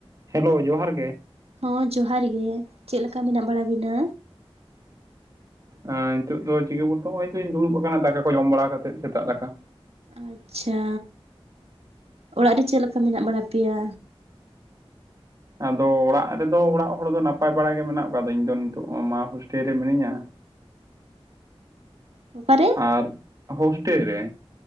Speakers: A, on the right; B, on the right.
A: Hello ᱡᱚᱦᱟᱨ ᱜᱮ
B: ᱦᱚᱸ ᱡᱚᱦᱟᱨ ᱜᱮ ᱪᱮᱫ ᱞᱮᱠᱟ ᱢᱮᱱᱟᱜ ᱵᱟᱲᱟ ᱵᱤᱱᱟ?
A: ᱮ ᱱᱤᱛᱳᱜ ᱫᱚ ᱪᱤᱠᱟᱹ ᱵᱚᱞᱛᱮ ᱫᱩᱲᱩᱵ ᱠᱟᱱᱟ ᱫᱟᱠᱟ ᱠᱚ ᱡᱚᱢ ᱵᱟᱲᱟ ᱠᱟᱛᱮᱜ ᱥᱮᱛᱟᱜ ᱫᱟᱠᱟ᱾
B: ᱟᱪᱪᱷᱟ, ᱚᱲᱟᱜ ᱨᱮ ᱪᱮᱫ ᱞᱮᱠᱟ ᱢᱮᱱᱟᱜ ᱵᱟᱲᱟ ᱯᱮᱭᱟ?
A: ᱟᱫᱚ ᱚᱲᱟᱜ ᱨᱮᱫᱚ ᱚᱲᱟᱜ ᱦᱚᱲ ᱫᱚ ᱱᱟᱯᱟᱭ ᱵᱟᱲᱟ ᱜᱮ ᱢᱮᱱᱟᱜ ᱠᱚᱣᱟ᱾ ᱟᱫᱚ ᱤᱧ ᱫᱚ ᱱᱤᱛᱚᱜ ᱢᱟ ᱦᱳᱥᱴᱮᱞ ᱨᱮ ᱢᱤᱱᱟᱹᱧᱟ᱾
B: ᱚᱠᱟᱨᱮ?
A: ᱟᱨ, ᱦᱳᱥᱴᱮᱞ ᱨᱮ